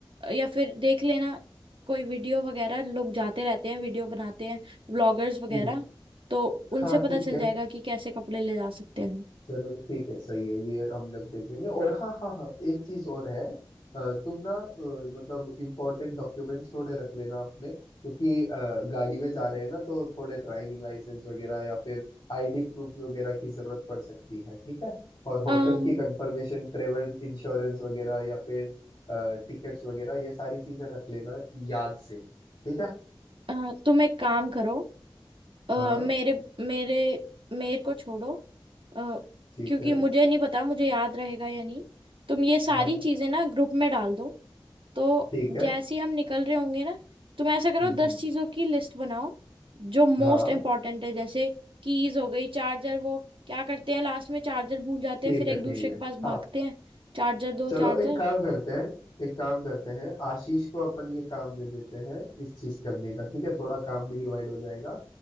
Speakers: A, on the right; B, on the left.
A: या फिर देख लेना कोई वीडियो वगैरह लोग जाते रहते हैं वीडियो बनाते हैं व्लॉगर्स वगैरह
B: हम्म,
A: तो उनसे
B: हाँ
A: पता
B: ठीक
A: चल
B: है
A: जाएगा कि कैसे कपड़े ले जा सकते हैं
B: चलो ठीक है सही है ये हम लोग देख लेंगे और हाँ हाँ हाँ एक चीज और है अ, तुम ना अ, मतलब इम्पोर्टेंट डॉक्यूमेंट्स थोड़े रख लेना अपने क्योंकि अ, गाड़ी में जा रहे हैं ना तो थोड़े ड्राइविंग लाइसेंस वगैरह या फिर आईडी प्रूफ वगैरह की जरूरत पड़ सकती है ठीक है और होटल
A: हम
B: की कंफर्मेशन ट्रेवल इंश्योरेंस वगैरह या फिर टिकट्स वगैरह ये सारी चीजें रख लेना याद से ठीक है
A: अ, अ, तुम एक काम करो अ,
B: हाँ
A: मेरे मेरे मेरे को छोड़ो अ,
B: ठीक
A: क्योंकि
B: है
A: मुझे नहीं पता मुझे याद रहेगा या नहीं तुम ये सारी
B: हाँ
A: चीजें ना ग्रुप में डाल दो तो
B: ठीक है
A: जैसे ही हम निकल रहे होंगे ना तुम ऐसा करो
B: हम्म,
A: दस
B: हम्म,
A: चीजों की लिस्ट बनाओ जो मोस्ट
B: हाँ
A: इम्पोर्टेंट है जैसे कीज हो गई चार्जर वो क्या करते हैं लास्ट में चार्जर भूल जाते
B: ठीक
A: हैं फिर
B: है
A: एक
B: ठीक
A: दूसरे
B: है
A: के पास
B: हाँ
A: भागते हैं चार्जर दो
B: चलो
A: चार्जर
B: एक काम करते हैं एक काम करते हैं आशीष को अपन ये काम दे देते हैं इस चीज करने का ठीक है थोड़ा काम भी डिवाइड हो जाएगा